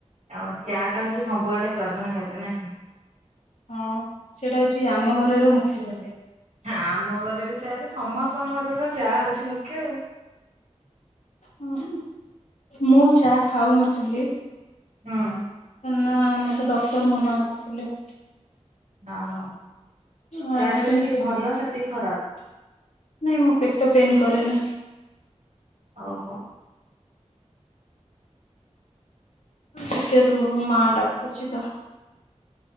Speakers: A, on the right; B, on the left.
A: ଆଉ ଚା ଟା ହଉଚି ସବୁଆଡେ ପ୍ରଧାନ ଖାଦ୍ୟ ନା?
B: ହଁ ସେଇଟା ହଉଚି ଆମ ଘରର ମୁଖ୍ୟ ଖାଦ୍ୟ।
A: ହଁ ଆମ ଘରେ ବି ସେୟାକୁ ସମସ୍ତଙ୍କ ଘରର ଚାହା ହଉଛି ମୁଖ୍ୟ।
B: ହଁ ମୁଁ ଚାହା ଖାଉନଥିଲି।
A: ହଁ
B: ନା ମତେ ଡକ୍ଟର ମନା କରିଥିଲେ।
A: ଓ ହୋ ଚାହା
B: ଆ,
A: ଟା
B: କିନ୍ତୁ
A: ଯେତିକି ଭଲ ସେତିକି ଖରାପ।
B: ନାଇଁ ମୁଁ ପେଟ ପେନ୍ କରେନି।
A: ଓହୋ।
B: ଟିକେ ରୁହ ମା ଡାକୁଚି ତ।